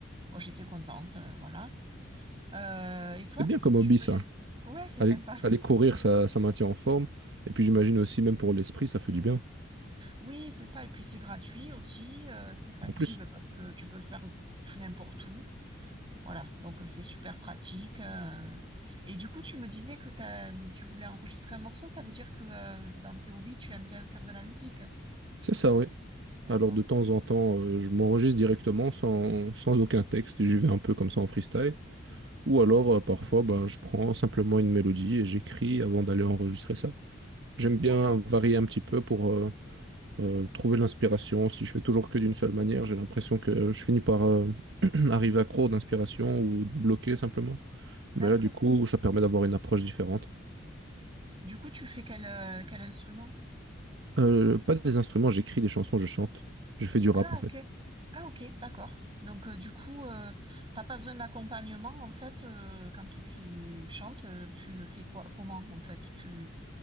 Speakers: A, on the right (about 25°); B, on the right (about 65°).
A: bon, j'étais contente, euh, voilà. Euh, et toi,
B: C'est
A: du
B: bien
A: coup,
B: comme hobby,
A: tu me...
B: ça.
A: Ouais, c'est
B: Aller,
A: sympa.
B: aller courir, ça, ça maintient en forme. Et puis j'imagine aussi, même pour l'esprit, ça fait du bien.
A: Oui, c'est ça. Et puis, c'est gratuit aussi. euh, c'est facile
B: En plus,
A: parce que tu peux le faire pff, n'importe où. Voilà, donc euh, c'est super pratique. euh. Et du coup, tu me disais que t'as- tu voulais enregistrer un morceau, ça veut dire que euh, dans tes hobbies, tu aimes bien faire de la musique.
B: c'est ça, oui.
A: D'accord,
B: Alors de temps en temps, euh, je m'enregistre directement sans, sans aucun texte et j'y vais un peu comme ça en freestyle. Ou alors,
A: d'accord.
B: euh, parfois, ben, je prends simplement une mélodie et j'écris avant d'aller enregistrer ça. J'aime bien
A: Ok,
B: varier un petit peu pour euh, euh, trouver l'inspiration. Si je fais toujours que d'une seule manière, j'ai l'impression que je finis par euh, <clears throat> arriver à accro d'inspiration ou bloqué simplement.
A: d'accord.
B: Mais là, du coup, ça permet d'avoir une approche différente.
A: Du coup, tu fais quel, euh, quel instrument?
B: Euh, pas des instruments, j'écris des chansons, je chante. Je fais du
A: Ah,
B: rap en fait.
A: ok. Ah, ok, d'accord. Donc, euh, du coup, euh, t'as pas besoin d'accompagnement, en fait, euh, quand tu chantes, euh, tu le fais quoi, comment, en fait? Tu,